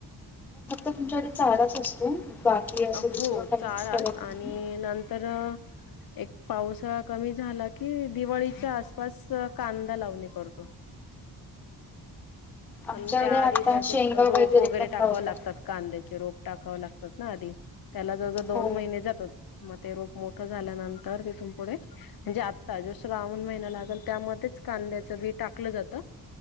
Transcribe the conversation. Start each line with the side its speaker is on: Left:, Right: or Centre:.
Centre: तुमच्याकडे चाराच असतो. बाकी असं दुसरं
Left: हो
Centre: काहीच
Left: चाराच
Centre: करत नाही.
Left: आणि नंतर एक पावसाळा कमी झाला की, दिवाळीच्या आसपास कांदा लावणी करतो. आणि
Centre: आमच्याकडे
Left: त्याआधी
Centre: आता
Left: त्याचे
Centre: शेंगा
Left: रोप वगैरे
Centre: पण
Left: टाकाव
Centre: लावतात
Left: लागतात. कांद्याचे रोप टाकाव लागतात ना आधी, त्याला जवळ जवळ दोन
Centre: हो.
Left: महिने जातात. मग ते रोप मोठं झाल्यानंतर तिथून पुढे, म्हणजे आत्ता जो श्रावण महिना लागेल. त्यामध्येच कांद्याचं बी टाकलं जातं.